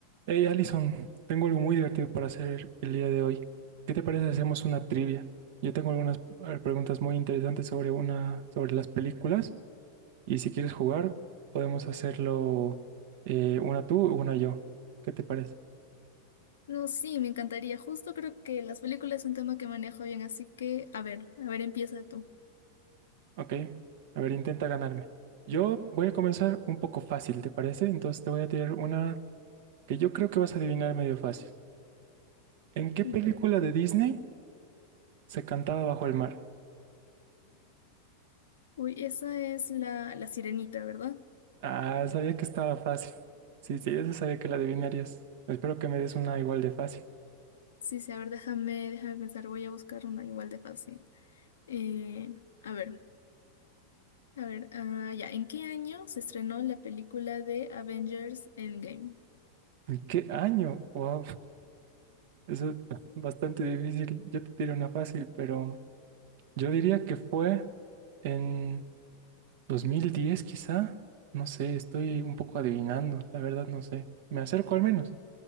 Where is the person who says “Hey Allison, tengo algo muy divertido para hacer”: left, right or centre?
Right